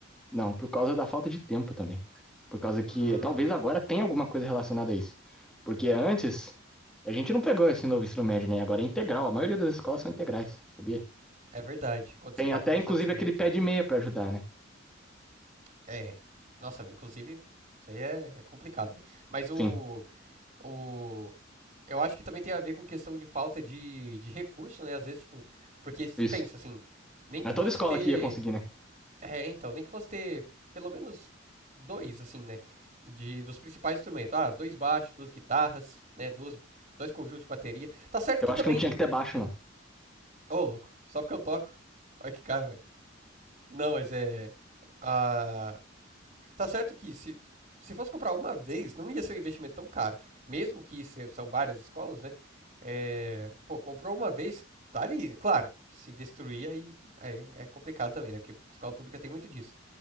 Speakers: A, in the centre; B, on the right.
A: Não, por causa da falta de tempo também. Por causa que
B: Hum,
A: talvez agora tenha alguma coisa relacionada a isso. Porque antes, a gente não pegou esse novo ensino médio, né? Agora é integral. A maioria das escolas são integrais, sabia?
B: é verdade. Quando
A: Tem
B: você para
A: até,
B: pra pensar
A: inclusive,
B: desse
A: aquele
B: jeito.
A: pé de meia pra ajudar, né?
B: É. Nossa, inclusive, isso aí é, é complicado, né? Mas o,
A: Sim,
B: o. Eu acho que também tem a ver com questão de falta de, de recurso, né? Às vezes, tipo. Porque se
A: isso.
B: pensa assim, nem
A: Não
B: que
A: é toda
B: fosse
A: escola
B: ter
A: que ia conseguir, né?
B: É, então, nem que fosse ter pelo menos dois, assim, né? De, dos principais instrumentos. Ah, dois baixos, duas guitarras, né? Duas, dois conjuntos de bateria. Tá certo
A: Eu
B: que
A: acho
B: também.
A: que não tinha que ter baixo, não.
B: Ô, louco, só porque eu toco. Olha que cara, velho. Não, mas é. Ah, tá certo que se, se fosse comprar uma vez, não ia ser um investimento tão caro. Mesmo que se- são várias escolas, né? É, pô, comprou uma vez, tá ali. Claro, se destruir, aí, aí é complicado também, né? Porque escola pública tem muito disso.